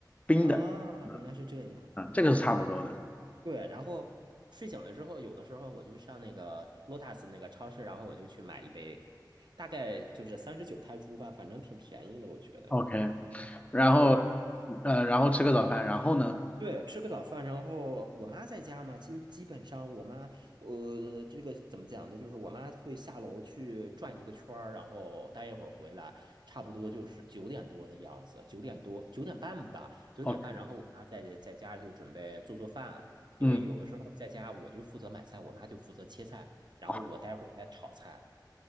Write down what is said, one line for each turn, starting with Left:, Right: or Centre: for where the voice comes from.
Left: 冰的。
Right: 啊，
Left: 嗯
Right: 原来是这样。
Left: 嗯，这个是差不多的。
Right: 对，然后睡醒了之后，有的时候我就上那个 Lotus 那个超市，然后我就去买一杯，大概就是三十九泰铢吧，反正挺便宜的，我觉得。
Left: OK，<laughs> 然后
Right: 对，
Left: 呃，然后吃个早饭，然后呢
Right: 对，吃个早饭，然后我妈在家嘛，基基本上我妈，呃，这个怎么讲呢？就是我妈会下楼去转一个圈儿，然后待一会儿回来，差不多就是九点多的样子，九点多，九点半吧，九点半，
Left: ？OK，
Right: 然后我妈在在家就准备做做饭，因为有的时候在家我就负责买菜，
Left: 嗯，
Right: 我妈就负责切菜，然后我待会儿再炒菜
Left: 哦